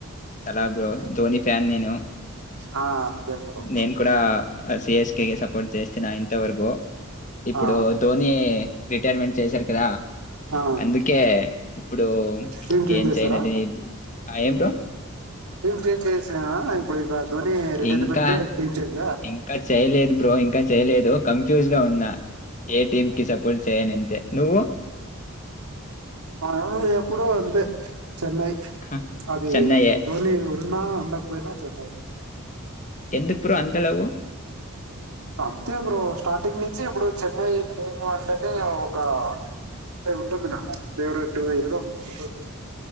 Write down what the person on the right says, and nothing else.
ఆ అంతే బ్రో
ఆ
ఆ
టీమ్ చేంజ్
చేసారా
ఏంం చేసేరా ఎప్పుడు ధోని రిటైర్మెంట్
టీం చేంజ్ ఆ
మా ఎప్పుడు అంతే చెన్నై
అది
ధోని అన్నా ఉంటకుపోయినా చెన్నై
అంతే ఇప్పు స్టార్టింగ్ నుంచి ఇప్పుడు చెన్నై టీమ్ అంటేనే ఒక అంట ఉంటుంది ఫేవరెట్ ఏదో ఉంటుంది